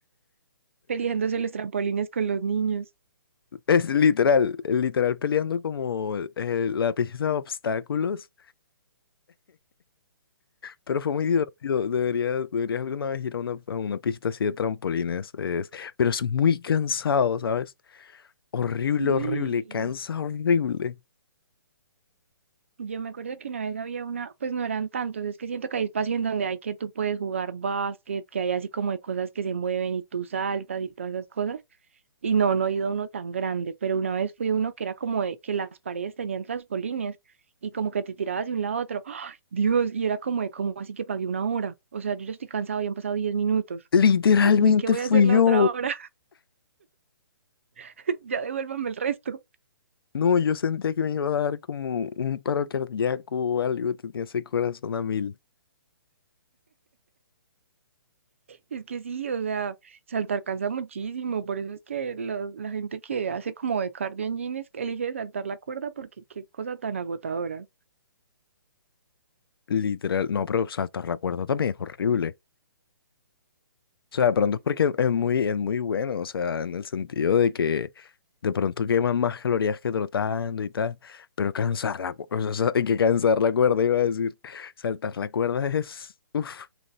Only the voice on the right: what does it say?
Peleándose los trampolines con los niños.
Sí,
yo me acuerdo que una vez había una, pues no eran tantos, es que siento que hay espacio en donde hay que tú puedes jugar básquet, que hay así como de cosas que se mueven y tú saltas y todas esas cosas, y no, no he ido a uno tan grande, pero una vez fui a uno que era como de que las paredes tenían trampolines y como que te tirabas de un lado a otro, ¡ay, Dios! Y era como de, como así que pagué una hora, o sea, yo ya estoy cansado, ya han pasado 10 minutos,
¿de, de qué voy
a hacer la
otra hora? <laughs> Ya devuélvame el resto.
Es que sí, o sea, saltar cansa muchísimo, por eso es que lo- la gente que hace como de cardio en jeans elige saltar la cuerda porque qué cosa tan agotadora.